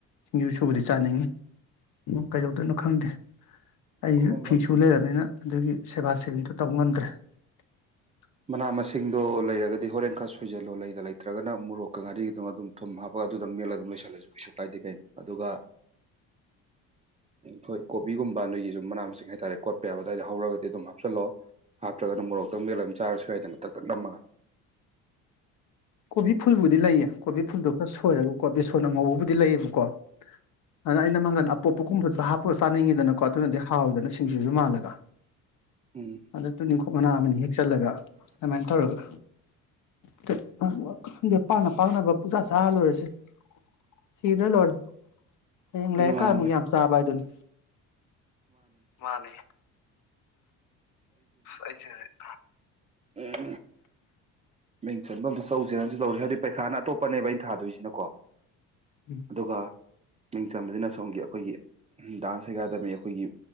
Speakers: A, on the left; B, on the right.
A: ꯌꯨꯁꯨꯕꯨꯗꯤ ꯆꯥꯅꯤꯡꯉꯤ ꯀꯩꯗꯧꯗꯣꯏꯅꯣ ꯈꯪꯗꯦ ꯑꯩꯁꯨ
B: ꯑꯍꯣꯝꯕ
A: ꯐꯤꯁꯨ ꯂꯩꯔ ꯑꯅ ꯑꯗꯨꯒꯤ ꯁꯦꯕꯥ ꯁꯦꯕꯤꯗꯣ ꯇꯧꯕ ꯉꯝꯗ꯭ꯔꯦ <unintelligible>
B: ꯃꯅꯥ ꯃꯁꯤꯡꯗꯣ ꯂꯩꯔꯒꯗꯤ ꯍꯣꯔꯦꯟ ꯈꯔ ꯁꯣꯏꯖꯜꯂꯣ ꯂꯩ ꯗ ꯂꯩꯇ꯭ꯔꯒꯅ ꯃꯣꯔꯣꯛꯀ ꯉꯥꯔꯤꯒꯤꯗꯨ ꯑꯗꯨꯝ ꯊꯨꯝ ꯍꯥꯞꯄꯒ ꯑꯗꯨꯗꯝ ꯃꯦꯜꯂ ꯑꯗꯨꯝ ꯂꯩꯁꯜꯂꯁꯨ ꯀꯩꯁꯨ ꯀꯥꯏꯗꯦ ꯀꯩꯅꯣ ꯑꯗꯨꯒ ꯎꯣꯏ ꯀꯣꯕꯤꯒꯨꯝꯕ ꯅꯣꯏꯒꯤ ꯁꯨꯝ ꯃꯅꯥ ꯃꯁꯤꯡ ꯍꯥꯏꯇꯥꯔꯦ ꯀꯣꯠꯄ ꯌꯥꯕ ꯑꯗꯨꯋꯥꯏꯗ ꯍꯧꯔꯒꯗꯤ ꯑꯗꯨꯝ ꯍꯥꯞꯆꯤꯜꯂꯣ ꯍꯥꯞꯇ꯭ꯔꯒꯅ ꯃꯣꯔꯣꯛꯇꯪ ꯃꯦꯜꯂ ꯆꯥꯔꯁꯨ ꯍꯥꯏꯏꯗꯅ ꯇꯛ ꯇꯛ ꯅꯝꯃꯒ
A: ꯀꯣꯕꯤ ꯐꯨꯜꯕꯨꯗꯤ ꯂꯩꯌꯦ ꯀꯣꯕꯤ ꯐꯨꯜꯗꯣ ꯈꯔ ꯁꯣꯏꯔꯒꯀꯣ ꯕꯦꯁꯣꯟ ꯑꯉꯧꯕꯕꯨꯗꯤ ꯂꯩꯌꯦꯕꯀꯣ ꯑꯗꯨꯅ ꯑꯩꯅ ꯃꯪꯒꯟ ꯑꯄꯣꯄꯒꯨꯝꯕꯁꯨ ꯍꯥꯞ ꯄꯣꯠ ꯆꯥꯅꯤꯡꯉꯤꯗꯅꯀꯣ ꯑꯗꯨꯅꯗꯤ ꯍꯥꯎꯋꯦꯗꯅ ꯁꯤꯡꯁꯤꯁꯨ ꯃꯥꯜꯂꯒ
B: ꯎꯝ
A: ꯑꯗ ꯇꯨꯅꯤꯡꯈꯣꯠ ꯃꯅꯥ ꯑꯃ ꯍꯦꯛ ꯆꯜꯂꯒ ꯑꯗꯨꯃꯥꯏꯅ ꯇꯧꯔꯒ ꯇ ꯈꯪꯗꯦ ꯄꯥꯅ ꯄꯥꯛꯅꯕ ꯄꯨꯡꯆꯥ ꯆꯥ ꯂꯣꯏꯔꯁꯦ ꯁꯤꯗ꯭ꯔꯥ ꯂꯣꯏꯔꯦ ꯍꯌꯦꯡ ꯂꯩꯥꯔꯀꯥꯟꯏ
B: ꯎꯝ ꯃꯥꯅꯦ
A: ꯑꯃꯨꯛ ꯌꯥꯝ ꯆꯥꯕ ꯍꯥꯏꯗꯨꯅꯤ ꯃꯥꯅꯦ ꯑꯩꯁꯦ ꯍꯧꯖꯤꯛ
B: ꯎ ꯎ ꯃꯤꯡ ꯆꯟꯕ ꯑꯝꯇ ꯆꯧꯂꯨꯁꯤꯔꯅꯖꯨ ꯇꯧꯔꯤ ꯍꯥꯏꯕꯗꯤ ꯄꯩꯈꯥꯅ ꯑꯇꯣꯞꯄꯅꯦꯕ ꯑꯩꯅ ꯊꯥꯗꯣꯏꯁꯤꯅꯀꯣ
A: ꯎꯝ
B: ꯑꯗꯨꯒ ꯃꯤꯡꯆꯟꯕꯁꯤꯅ ꯁꯣꯝꯒꯤ ꯑꯩꯈꯣꯏꯒꯤ ꯗꯥꯟꯁ ꯑꯦꯀꯥꯗꯃꯤ ꯑꯩꯈꯣꯏꯒꯤ